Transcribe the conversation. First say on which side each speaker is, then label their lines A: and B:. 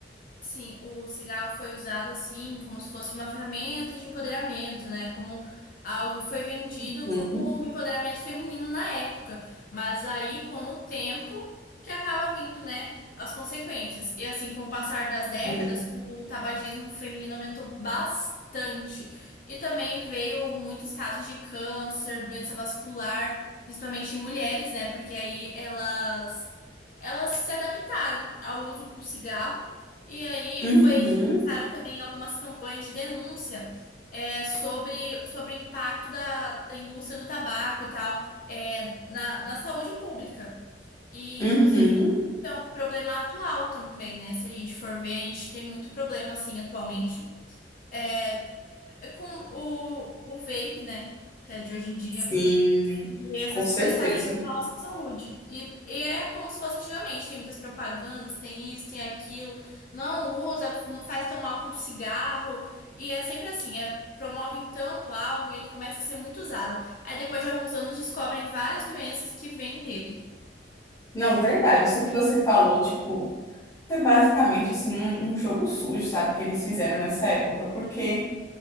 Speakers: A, on the left (about 50°); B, on the left (about 20°).
A: Sim, o cigarro foi usado assim, como se fosse uma ferramenta de empoderamento, né? Como algo foi vendido
B: Uhum,
A: como um empoderamento feminino na época. Mas aí, com o tempo, que acaba vindo, né, as consequências. E assim, com o passar das décadas,
B: uhum,
A: o tabagismo feminino aumentou bastante. E também veio muitos casos de câncer, doença vascular, principalmente em mulheres, né? Porque aí elas, elas se adaptaram ao uso do cigarro. E aí
B: uhum,
A: foi que começaram também algumas campanhas de denúncia é, sobre, sobre o impacto da, da indústria do tabaco e tal é, na, na saúde pública. E,
B: uhum,
A: inclusive, é um problema atual também, né? Se a gente for ver, a gente tem muito problema, assim, atualmente. Eh, É, com o, o vape, né? Que é de hoje em dia.
B: sim,
A: E essas
B: com certeza.
A: coisas fazem muito mal à saúde. E, e é como se fosse antigamente. Tem muitas propagandas, tem isso, tem aquilo. Não usa, não faz tão mal quanto cigarro. E é sempre assim, é, promovem tanto algo e ele começa a ser muito usado. Aí depois de alguns anos descobrem várias doenças que vêm dele.
B: Não, verdade, isso que você falou, tipo, foi basicamente assim um, um jogo sujo, sabe, que eles fizeram nessa época, porque,